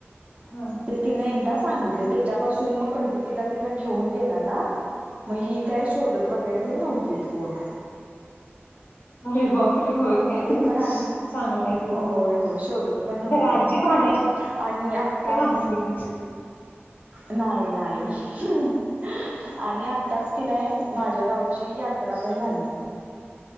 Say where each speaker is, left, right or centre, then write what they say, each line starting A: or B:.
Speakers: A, on the left; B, on the right.
A: हां
B: ते तिने एकदा सांगितले. त्याच्यापासून मग कधी तिला घेऊन गेला ना मग ह काय शोधत. वगैरे
A: हां
B: ते नव्हतीत कोण.
A: अरे बापरे! होय काय
B: ते पण आहे
A: चांगला की
B: होय होय शोधत पण नव्हती.
A: तर आजी भांडायची
B: आणि आत्ताच.
A: थांबली मी.
B: नाही नाही आणि आत्ताच की नाही. माझ्या गावची यात्रा पण झाली.